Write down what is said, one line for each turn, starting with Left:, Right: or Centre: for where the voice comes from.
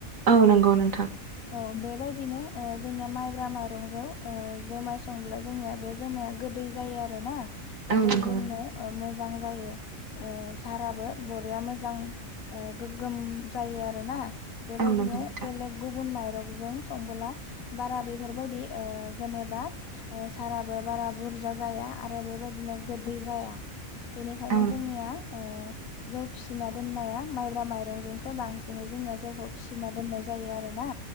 Right: औ नंगौ नोंथां
Left: औ बेबायदिनो जोंनिया माइब्रा माइरंजों जुमाय संब्ला जोंनिया बे जोमाया गोदै जायो आरोना गोदै
Right: औ नंगौ
Left: लोंनो
Right: नोंथां
Left: मोजां जायो ओ साराबो बरिया मोजां गोगोम जायो आरोना बेबायदिनो
Right: औ नंगौ नोंथां
Left: बेलेग गुबुन माइ माइरंजों संब्ला बारा बेफोरबायदि ओ जेनेबा साराबो बारा बुरजा जाया आरो बेबायदिनो गोदै जाया बेनिखायनो
Right: औ नंगौ
Left: जोंनिया जौ फिसिना दोननाया माइब्रा माइरंजोंसो बांसिनै जोंनिया जौखौ फिसिना दोननाय जायो आरो ना